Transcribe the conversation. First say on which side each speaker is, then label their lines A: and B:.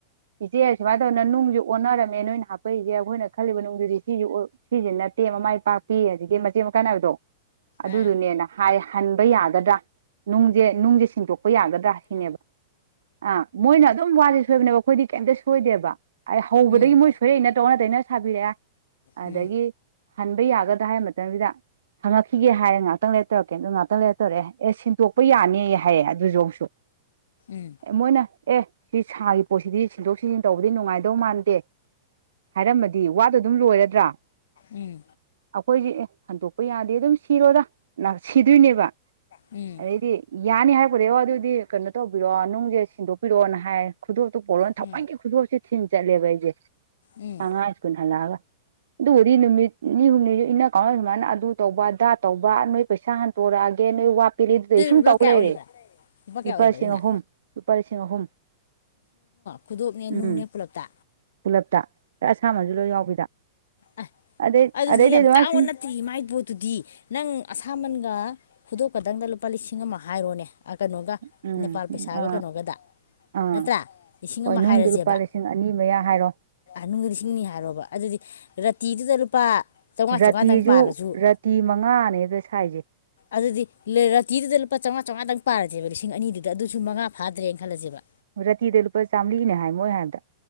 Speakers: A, on the right (about 85°); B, on the left (about 75°).
A: ꯏꯆꯦ ꯁꯨꯃꯥꯏꯅ ꯇꯧꯗꯅ ꯅꯨꯡꯖꯦ ꯑꯣꯟꯅꯔꯝꯃꯦ ꯅꯣꯏꯅ ꯍꯥꯞꯄꯛꯏꯁꯦ ꯑꯩꯈꯣꯏꯅ ꯈꯜꯂꯤꯕ ꯅꯨꯡꯗꯨꯗꯤ ꯁꯤꯁꯦ ꯑꯣꯏ ꯁꯤꯁꯦ ꯅꯠꯇꯦ ꯃꯃꯥꯏ ꯄꯥꯛꯄꯤ ꯍꯧꯖꯤꯛꯀꯤ ꯃꯆꯦꯠ ꯃꯀꯥꯏ ꯅꯥꯏꯕꯤꯗꯣ ꯑꯗꯨꯗꯨꯅꯦꯅ
B: ꯑꯥ
A: ꯍꯥꯏ ꯍꯟ ꯄꯥ ꯌꯥꯒꯗ꯭ꯔꯥ ꯅꯨꯡꯖꯦ ꯅꯨꯡꯖꯦ ꯁꯤꯟꯗꯣꯛ ꯄꯥ ꯌꯥꯒꯗ꯭ꯔꯥ ꯁꯤꯅꯦꯕ ꯑꯥ ꯃꯣꯏꯅ ꯑꯗꯨꯝ ꯋꯥꯖꯦ ꯁꯣꯏꯕꯅꯦꯕ ꯑꯩꯈꯣꯏꯗꯤ ꯀꯩꯝꯇ ꯁꯣꯏꯗꯦꯕ ꯑꯩ ꯍꯧꯕꯗꯒꯤ
B: ꯎꯝ
A: ꯃꯣꯏ ꯁꯣꯏꯔꯛꯏ ꯅꯠ ꯑꯣꯟꯅ ꯇꯩꯅ ꯁꯥꯕꯤꯔꯛꯑꯦ
B: ꯎꯝ
A: ꯑꯗꯒꯤ ꯍꯟꯕ ꯌꯥꯒꯗ꯭ꯔꯥ ꯍꯥꯏ ꯃꯇꯝꯁꯤꯗ ꯍꯪꯉꯛꯈꯤꯒꯦ ꯍꯥꯏꯔꯦ ꯉꯍꯥꯛꯇꯪ ꯂꯩ ꯇꯧꯔꯛꯀꯦ ꯑꯗꯨꯝ ꯉꯥꯛꯇꯪ ꯂꯩꯔ ꯇꯧꯔꯛꯑꯦ ꯑꯦ ꯁꯤꯟꯇꯣꯛꯄ ꯌꯥꯅꯤꯌꯦ ꯍꯥꯏꯔꯦ ꯑꯗꯨꯖꯁꯨ ꯑꯃꯨꯛꯁꯨ
B: ꯎꯝ
A: ꯑꯦ ꯃꯣꯏꯅ ꯑꯦ ꯁꯤ ꯁꯥꯔꯤ ꯄꯣꯠꯁꯤꯗꯤ ꯁꯤꯟꯗꯣꯛ ꯁꯤꯅ ꯇꯧꯕꯗꯤ ꯅꯨꯡꯉꯥꯏꯗꯧ ꯃꯥꯟꯗꯦ ꯍꯥꯏꯔꯝꯃꯗꯤ ꯋꯥꯗꯣ ꯑꯗꯨꯝ ꯂꯣꯏꯔꯗ꯭ꯔꯥ
B: ꯎꯝ
A: ꯑꯩꯈꯣꯏꯁꯦ ꯑꯦ ꯍꯟꯗꯣꯛꯄ ꯌꯥꯗꯦ ꯑꯗꯨꯝ ꯁꯤꯔꯣꯗ ꯅ ꯁꯤꯗꯣꯏꯅꯦꯕ
B: ꯎꯝ
A: ꯑꯗꯩꯗꯤ ꯌꯥꯅꯤ ꯍꯥꯏꯔꯛꯄꯗꯩ ꯑꯣ ꯑꯗꯨꯗꯤ ꯀꯩꯅꯣ ꯇꯧꯕꯤꯔꯛꯑꯣ ꯅꯨꯡꯁꯦ ꯁꯤꯟꯗꯣꯛꯄꯤꯔꯛꯑꯣꯅ ꯍꯥꯏ ꯈꯨꯗꯣꯞꯇꯣ ꯄꯣꯔꯛꯑꯣꯅ ꯊꯧꯋꯥꯏꯟꯒꯤ
B: ꯎꯝ
A: ꯈꯨꯗꯣꯞꯁꯦ ꯊꯤꯟ ꯆꯠꯂꯦꯕ ꯑꯩꯁꯦ
B: ꯎꯝ
A: ꯑꯉꯥꯡ ꯁ꯭ꯀꯨꯜ ꯍꯜꯂꯛꯑꯒ ꯑꯗꯨꯕꯨꯗꯤ ꯅꯨꯃꯤꯠ ꯅꯤꯅꯤ ꯍꯨꯝꯅꯤ ꯏꯟꯅ ꯀꯥꯎꯅꯗꯅ ꯁꯨꯃꯥꯏꯅ ꯑꯗꯨ ꯇꯧꯕ ꯑꯗꯥ ꯇꯧꯕ ꯅꯣꯏ ꯄꯩꯁꯥ ꯍꯟꯇꯣꯔꯛꯑꯒꯦ ꯅꯣꯏ ꯋꯥ ꯄꯦꯠꯂꯤ ꯑꯗꯨ ꯇꯧꯋꯤ ꯁꯨꯝ
B: ꯂꯨꯄꯥ
A: ꯇꯧ
B: ꯀꯌꯥ
A: ꯂꯩꯔꯦ
B: ꯑꯣꯏꯔꯤꯕ ꯀꯌꯥ
A: ꯂꯨꯄꯥ
B: ꯑꯣꯏꯔꯤꯕ
A: ꯂꯤꯁꯤꯡ
B: ꯑꯗꯨꯅ
A: ꯑꯍꯨꯝ ꯂꯨꯄꯥ ꯂꯤꯁꯤꯡ ꯑꯍꯨꯝ
B: ꯈꯨꯗꯣꯛꯞꯅꯦ
A: ꯎꯝ
B: ꯅꯨꯡꯅꯦ ꯄꯨꯂꯞꯇ
A: ꯄꯨꯂꯞꯇ ꯑꯁꯥꯃꯟꯁꯨ ꯂꯣꯏ ꯌꯥꯎꯕꯤꯗ
B: ꯑꯥꯏ
A: ꯑꯗꯩ
B: ꯑꯗꯨꯗꯤ
A: ꯑꯗꯩꯗꯤ
B: ꯌꯥꯝ
A: ꯑꯗꯨꯃꯥꯏꯅ
B: ꯇꯥꯡꯕ
A: ꯁꯨꯝ
B: ꯅꯠꯇꯦ ꯃꯥꯏ ꯄꯣꯠꯇꯨꯗꯤ ꯅꯪ ꯑꯁꯥꯃꯟꯒ ꯈꯨꯗꯣꯞ ꯈꯇꯪꯗ ꯂꯨꯄꯥ ꯂꯤꯁꯤꯡ ꯑꯃ ꯍꯥꯏꯔꯣꯅꯦ ꯑꯥ ꯀꯩꯅꯣꯒ
A: ꯎꯝ
B: ꯅꯦꯄꯥꯜ ꯄꯩꯁꯥꯒ
A: ꯑꯥ
B: ꯀꯩꯅꯣꯒꯗ
A: ꯑꯥ
B: ꯅꯠꯇ꯭ꯔꯥ ꯂꯤꯁꯤꯡ
A: ꯍꯣꯏ
B: ꯑꯃ
A: ꯅꯨꯡꯗꯨ
B: ꯍꯥꯏꯔꯁꯦꯕ
A: ꯂꯨꯄꯥ ꯂꯤꯁꯤꯡ ꯑꯅꯤ ꯃꯌꯥ ꯍꯥꯏꯔꯣ
B: ꯅꯨꯡꯒꯤ ꯂꯤꯁꯤꯡꯅꯤ ꯍꯥꯏꯔꯣꯕ ꯑꯗꯨꯗꯤ ꯔꯇꯤꯗꯨꯗ ꯂꯨꯄꯥ ꯆꯥꯝꯃꯉꯥ
A: ꯔꯇꯤꯖꯨ
B: ꯆꯥꯝꯃꯉꯥꯗꯪ ꯄꯥꯔꯁꯨ
A: ꯔꯇꯤ ꯃꯉꯥꯅꯦ ꯑꯗꯨꯗ ꯁꯥꯏꯖꯦ
B: ꯑꯗꯨꯗꯤ ꯔꯇꯤꯗꯨꯗ ꯂꯨꯄꯥꯥ ꯆꯧꯉꯥ ꯆꯧꯉꯥꯗꯪ ꯄꯥꯔꯁꯦꯕ ꯂꯤꯁꯤꯡ ꯑꯅꯤꯗꯨꯗ ꯑꯗꯨꯁꯨ ꯃꯉꯥ ꯐꯥꯗ꯭ꯔꯦꯅ ꯈꯜꯂꯁꯦꯕ
A: ꯔꯥꯇꯤꯗ ꯂꯨꯄꯥ ꯆꯥꯝꯃꯔꯤꯅꯦ ꯍꯥꯏ ꯃꯣꯏ ꯍꯥꯏꯕꯗ